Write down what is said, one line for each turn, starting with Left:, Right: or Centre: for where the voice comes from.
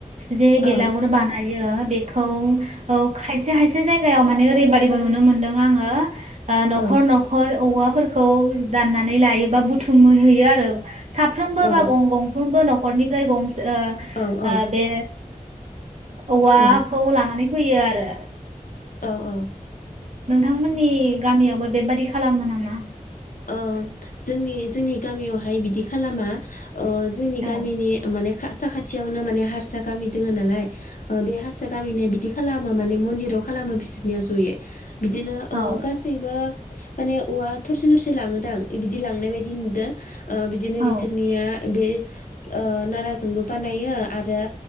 Right: जे
Left: औ
Right: बेलागुर बानायो बेखौ औ खायसे खायसे जायगायाव माने ओरैबायदिबो नुनो मोनदों आङो न'खर
Left: औ
Right: न खर औवाफोरखौ दाननानै लायो बा बुथुम होयो आरो साफ्रोमबो
Left: औ
Right: बा गंफ्रोमबो न'खरनिफ्राय गंसे ओ
Left: औ
Right: ओ बे औवाखौ
Left: औ
Right: लानानै फैयो आरो
Left: औ औ
Right: नोंथांमोननि गामियावबो बेबादि खालामो नामा?
Left: ओ जोंनि जोंनि गामियावहाय बिदि खालामा जोंनि
Right: औ
Left: गामिनि माने साखाथियावनो माने हारसा गामि दोङो नालाय बे हारसा गामिनि बिदि खालामो माने मन्दिराव खालामो बिसोरनिया जयै बिदिनो
Right: औ
Left: ओ सैबो माने औवा थरसे थरसे लाङोदां बिदि लांनाय बायदि नुदों। ओ बिदिनो
Right: औ
Left: बिसोरनिया बे ओ नाराजोंबो बानायो। आरो